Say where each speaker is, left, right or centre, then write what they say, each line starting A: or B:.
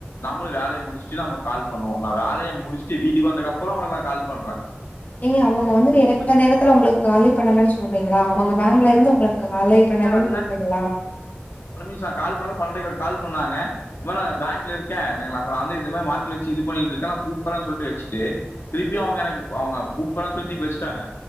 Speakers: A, on the left (about 70°); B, on the left (about 40°).
A: நம்மளு வேலைய முடிச்சுட் கால் பண்ணுவோ நா வேலைய முடிச்சுட்டு வீட்டுக்கு வந்ததுக்கப்புறோ உங்களுக்கு நா கால் பண்றே
B: ஏங்க அவங்க வந்துட்டு எடப்பட்ட நேரத்துல உங்களுக்கு காலே பண்ணலன்னு சொல்றீங்களா அவங்க பேங்க்ல இருந்து உங்களுக்கு காலே பண்ணலன்னு
A: அதுதான்
B: சொல்றீங்களா
A: நிமிஷம் நான் கால் பண்ண பன்னெண்டரைக்கு ஒரு கால் பண்ணாங்க இதமரி நா பேங்க்ல இருக்கே <unintelligible> மாத்தி வச்சு இது பண்ணிட்டு இதுக்கலா கூப்படாத சொல்லி வச்ட் திருப்பியு அவங்க எனக் அவங்க கூப்படாத சொல்லி திரும்பி வச்ட்டாங்க